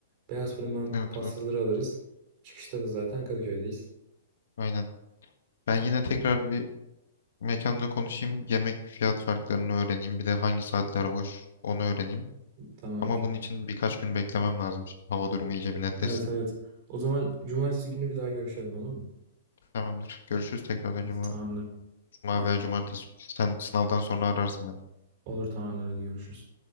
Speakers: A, on the right; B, on the left.
A: Beyaz fırından
B: Evet
A: pastaları
B: evet.
A: alırız. Çıkışta da zaten Kadıköy'deyiz.
B: Aynen. Ben yine tekrar
A: Tamamdır.
B: bir Mekanla konuşayım, yemek fiyat farklarını öğreneyim, bir de hangi saatler boş onu öğreneyim.
A: Tamamdır.
B: Ama bunun için birkaç gün beklemem lazım şimdi. Hava durumu iyice bir netleşsin.
A: Evet evet. O zaman cumartesi günü bir daha görüşelim olur mu?
B: Tamamdır. Görüşürüz tekrar önce cuma,
A: Tamamdır.
B: cuma
A: Bay
B: veya
A: bay.
B: cumartesi. Sen sınavdan sonra ararsın beni.
A: Olur tamamdır hadi görüşürüz.